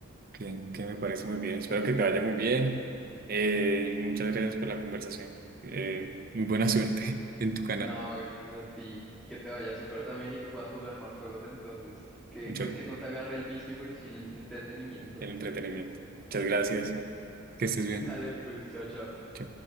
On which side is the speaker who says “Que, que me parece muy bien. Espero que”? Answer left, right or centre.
Right